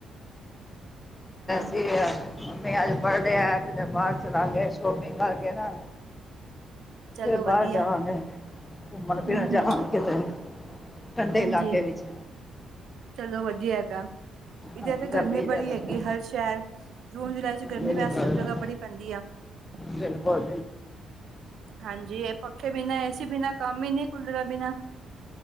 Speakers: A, on the right; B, on the left.
A: ਹਾਂ
B: ਸੀ <unintelligible> ਮੰਮੀ ਅੱਜ ਬਰਡੇ ਆ ਕਿਤੇ ਬਾਹਰ ਚਲਾਗੇ। ਸ਼ੌਪਿੰਗ ਕਰਕੇ ਨਾ
A: ਚਲੋ
B: ਫਿਰ
A: ਵਧੀਆ
B: ਬਾਹਰ ਜਾਵਗੇ ਘੁੰਮਣ-
A: ਹੂੰ
B: ਫਿਰਨ ਜਾਵਾਂਗੇ
A: ਹੂੰ
B: ਕਿਤੇ। ਠੰਡੇ
A: ਹਾਂਜੀ
B: ਇਲਾਕੇ ਵਿੱਚ
A: ਚੱਲੋ ਵਧੀਆ। ਇਹ ਤਾ। ਇਧਰ
B: ਹਾਂ,
A: ਤੇ ਗਰਮੀ
B: ਜ਼ਿਆਦਾ
A: ਬੜੀ ਹੈਗੀ
B: ਪਈ
A: ਹਰ ਸ਼ਹਿਰ। ਜੂਨ -ਜੁਲਾਈ 'ਚ ਗਰਮੀ
B: ਮੈਨੂੰ
A: ਵੈਸੇ
B: ਕਰਦਾ
A: ਸਭ ਜਗ੍ਹਾ ਬੜੀ ਪੈਂਦੀ ਆ। <inaudible>
B: ਬਿਲਕੁਲ
A: ਹਾਂਜੀ ਇਹ ਪੱਖੇ ਬਿਨਾਂ ਏ ਸੀ ਬਿਨਾਂ ਕੰਮ ਹੀ ਨੀ ਕੂਲਰਾਂ ਬਿਨਾਂ।